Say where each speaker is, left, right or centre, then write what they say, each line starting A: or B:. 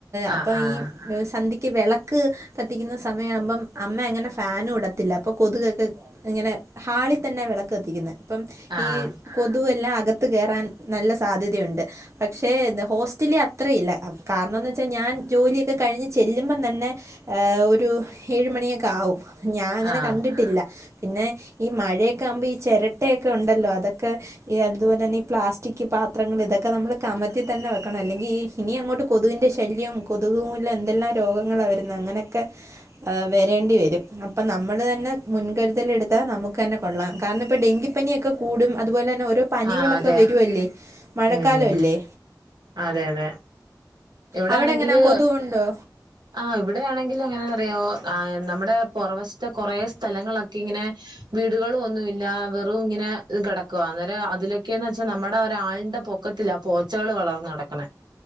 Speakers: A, on the right (about 80°); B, on the right (about 40°).
A: ആഹ്
B: അപ്പം
A: ആഹ്
B: ഈ ഏഹ് സന്ധ്യക്ക് വെളക്ക് കത്തിക്കുന്ന സമയമാവുമ്പം അമ്മ അങ്ങനെ ഫാനും ഇടത്തില്ല അപ്പൊ കൊതുകെക്ക് ഇങ്ങനെ ഹാളി തന്നെ വിളക്ക് കത്തിക്കുന്നെ അപ്പം
A: ആഹ്
B: ഈ കൊതുവെല്ലാം അകത്ത് കേറാൻ നല്ല സാധ്യതയുണ്ട്. പക്ഷെ എന്ന് ഹോസ്റ്റലി അത്രയില്ല. കാരണംന്ന് വെച്ചാൽ ഞാൻ ജോലിയൊക്കെ കഴിഞ്ഞ് ചെല്ലുമ്പം തന്നെ ഏഹ് ഒരു ഏഴുമണിയൊക്കെ ആവും. ഞാ അങ്ങനെ
A: ആഹ്
B: കണ്ടിട്ടില്ല. പിന്നെ ഈ മഴയൊക്കെ ആവുമ്പം ഈ ചെരട്ടയൊക്കെ ഉണ്ടല്ലോ അതൊക്കെ ഈ അതുപോലെ തന്നെ ഈ പ്ലാസ് റ്റിക്ക് പാത്രങ്ങൾ ഇതൊക്കെ നമ്മൾ കമത്തി തന്നെ വെക്കണം. അല്ലെങ്കി ഇനി അങ്ങോട്ട് കൊതുകിന്റെ ശല്യം കൊതുകു മൂലം എന്തെല്ലാം രോഗങ്ങളാ വരുന്നെ. അങ്ങനൊക്കെ, ഏഹ് വരേണ്ടി വരും. അപ്പം നമ്മൾ തന്നെ മുൻ കരുതലെടുത്താ നമുക്ക ന്നെ കൊള്ളാം. കാരണം ഇപ്പം ഡെങ്കിപ്പിയൊക്കെ കൂടും. അതുപോലെന്നെ ഓരോ പനികളൊക്കെ
A: ആഹ് അതെ
B: വരുവല്ലേ മഴക്കാലവല്ലേ.
A: ഉം അതെ അതെ. ഇവിടാണെങ്കില്
B: അവിടെ എങ്ങനെ കൊതുകുണ്ടോ
A: ആഹ്. ഇവിടെയാണെങ്കില് എങ്ങനാന്നറിയാവോ കാ നമ്മടെ പുറവശത്തെ കൊറെ സ്ഥലങ്ങളൊക്കെ ഇങ്ങനെ വീടുകളും ഒന്നു ഇല്ല. വെറും ഇങ്ങനെ കിടക്കുവാ അന്നേരം അതിലൊക്കേന്ന് വെച്ചാ നമ്മുടെ ഒരാളിന്റെ പൊ ക്കത്തിലാ പോച്ചകൾ വളർന്ന് കിടക്കണെ.